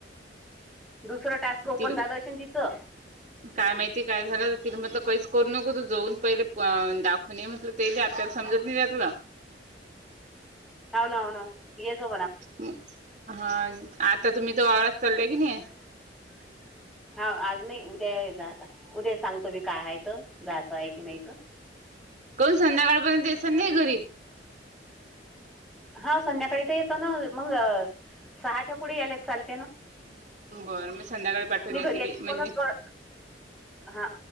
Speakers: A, in the centre; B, on the right.
A: दुसरं टास्क ओपन
B: तिला
A: झालं आशिन तिचं
B: काय माहिती काय झालं तिला म्हटलं काहीच करू नको तू जाऊन पहिले प दाखवून ये म्हटलं ते बीआपल्याला समजत नाही त्यातलं
A: हो ना हो ना ये जोग ना
B: हम् हा आता तुम्ही तर वावरात चाललाय की नाही
A: ह् हा आज नाही उद्या ये जा आता उद्या सांगतो मी काय हायत जायचं आहे की नाही त
B: कोन संध्याकाळपर्यंत येसण नाही घरी
A: हा संध्याकाळी तर येतो ना मग सहाच्या पुढे यालेत चालते ना
B: बर मी संध्याकाळी पाठवून
A: मी घरी
B: ये तिले
A: यायची
B: म्हणजे
A: फोनच कर हा